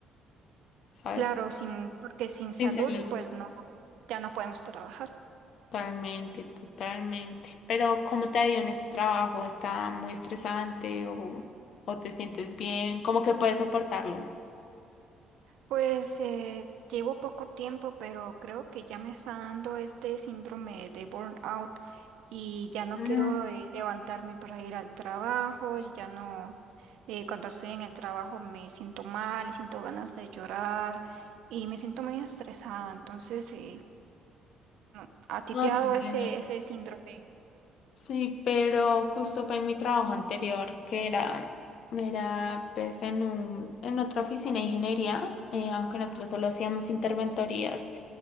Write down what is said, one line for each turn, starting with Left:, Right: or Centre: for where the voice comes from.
Left: ¿sabes?
Right: Claro, sin, porque sin salud,
Left: Sin salud.
Right: pues no, ya no podemos trabajar.
Left: Totalmente, totalmente. Pero ¿cómo te ha ido en este trabajo? ¿Está muy estresante o, o te sientes bien? ¿Cómo que puedes soportarlo?
Right: Pues eh, llevo poco tiempo, pero creo que ya me está dando este síndrome de burnout y ya no
Left: Mm,
Right: quiero eh, levantarme para ir al trabajo, ya no, eh, cuando estoy en el trabajo me siento mal y siento ganas de llorar y me siento muy estresada. Entonces, eh, no, ¿a ti
Left: No
Right: te ha
Left: te
Right: dado
Left: entiendo.
Right: ese, ese síndrome?
Left: Sí, pero justo fue en mi trabajo anterior, que era, era pues en un, en otra oficina de ingeniería, eh, aunque nosotros solo hacíamos interventorías,